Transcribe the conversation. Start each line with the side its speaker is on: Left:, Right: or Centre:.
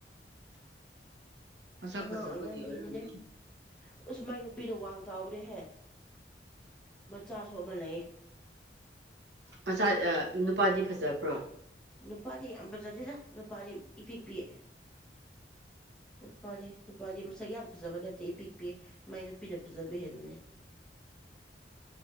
Right: ꯃꯁꯛ
Centre: ꯑꯉꯥꯡ
Right: ꯐꯖꯕꯒꯤ
Centre: ꯑꯣꯏꯃꯟꯕꯤꯅꯤꯅꯦ
Right: ꯑꯣꯏꯔꯝꯅꯤ
Centre: ꯑꯁ ꯃꯥꯏ ꯅꯨꯄꯤꯗꯣ ꯋꯥꯡ ꯆꯥꯎꯕ꯭ꯔꯦꯍꯦ ꯃꯆꯥ ꯁ ꯑꯃ ꯂꯩꯌꯦ
Right: ꯃꯆꯥ ꯅꯨꯄꯥꯗꯤ ꯐꯖꯕ꯭ꯔꯣ
Centre: ꯅꯨꯄꯥꯗꯤ ꯌꯥꯝ ꯐꯖꯗꯦꯗ ꯅꯨꯄꯥꯗꯤ ꯏꯄꯤꯤꯛ ꯄꯤꯑ ꯅꯨꯄꯥꯗꯤ ꯅꯨꯄꯥꯗꯤ ꯃꯁꯛ ꯌꯥꯝ ꯐꯖꯕ ꯅꯠꯇꯦ ꯏ ꯄꯤꯛꯄꯤ ꯃꯥꯏ ꯅꯨꯄꯤꯅ ꯐꯖꯕ ꯍꯦꯟꯕꯅꯦ